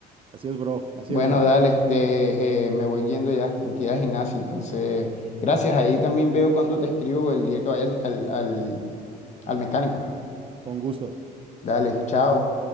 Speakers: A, on the right (about 30°); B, on the left (about 45°).
A: así es, bro, así
B: Bueno,
A: es, bro,
B: dale, este, eh, me voy yendo ya, tengo que ir al gimnasio, entonces, gracias. Ahí también veo cuando te escribo el día que vaya al, al, al al mecánico.
A: con gusto.
B: Dale, chao.